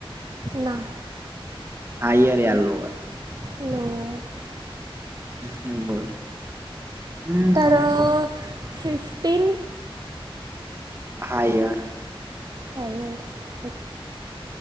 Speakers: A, on the right; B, on the right.
A: ના.
B: હાયર યા લોવર.
A: લઅર.
B: હમ બર હમ
A: તારો
B: તમે ક.
A: ફિફ્ટીન.
B: હા યાર.
A: ફર.